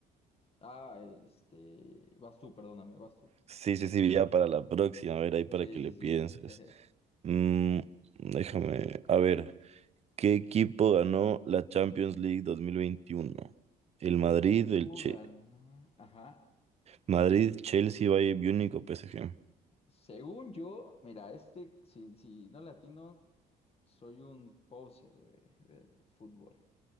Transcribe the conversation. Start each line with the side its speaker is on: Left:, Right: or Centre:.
Left: Ah, este... Vas tú, perdóname, vas tú.
Right: Sí, sí, sí, ya para la próxima, a ver, ahí para
Left: Sí,
Right: que
Left: sí,
Right: le pienses.
Left: sí. <laughs>
Right: Mm, déjame, a ver, ¿qué equipo ganó la Champions League dos mil veintiuno. ¿El Madrid,
Left: ¿Qué equipo
Right: el Che-
Left: ganó? Ajá.
Right: Madrid, Chelsea, Bayern Múnich o PSG?
Left: Según yo, mira, este, si, si no latino, soy un poser de- del fútbol.